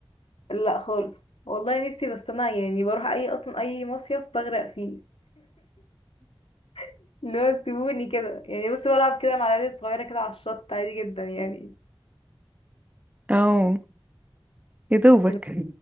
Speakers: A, on the left; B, on the right.
A: لا خالص والله نفسي بس أنا يعني بروح أي أصلا أي مصيف بغرق فيه <laughs> اللي هو سيبوني كده يعني بس بلعب كده مع العيال الصغيرة كده على الشط عادي جدا يعني
B: <laughs> اه يا دوبك
A: لكن